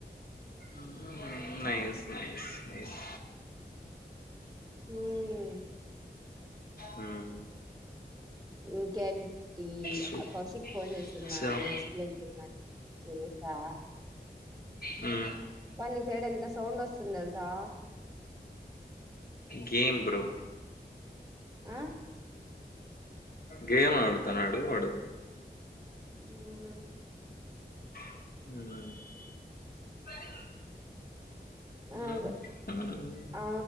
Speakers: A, on the left (about 60°); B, on the right (about 20°).
A: um nice nice nice
B: um
A: um
B: ఇంకేంటీ
A: సూప్
B: కౌశిక్ ఫోన్ చేసిన్నాడు
A: సప్
B: ఎక్స్ప్లెయిన్ చేయమని చేసా
A: ఉమ్
B: అబ్బా నీ సైడ్ ఎంత సౌండ్ వస్తుంది తెలుసా
A: గేమ్ బ్రో
B: ఆ
A: గేమ్ ఆడుతన్నాడు ఆడు
B: ఉమ్
A: ఉమ్
B: అదే
A: ఉమ్. ఉమ్.
B: ఆ